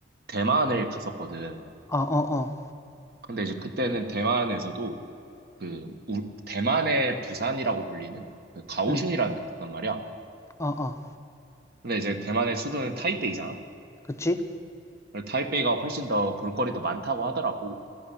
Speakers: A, on the right (about 55°); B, on the left (about 15°).
A: 대만을 갔었거든.
B: 아, 어, 어,
A: 근데 이제 그때는 대만에서도 그 우- 대만의 부산이라고 불리는 그 가오슝이라는
B: 음,
A: 데 갔단 말이야.
B: 아, 아,
A: 근데 이제 대만의 수도는 타이페이잖아.
B: 그치?
A: 그래서 타이페이가 훨씬 더 볼거리도 많다고 하더라고.